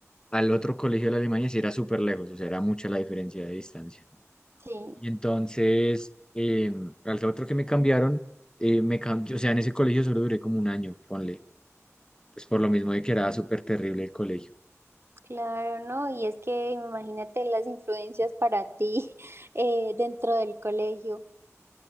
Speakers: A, on the left; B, on the right.
A: al otro colegio de la Alemania sí era súper lejos, o sea, era mucha la diferencia de distancia.
B: Sí,
A: Y entonces, eh, al otro que me cambiaron, eh, me cam- o sea, en ese colegio solo duré como un año, ponle, pues por lo mismo de que era súper terrible el colegio.
B: claro, ¿no? Y es que imagínate las influencias para ti <laughs> eh, dentro del colegio.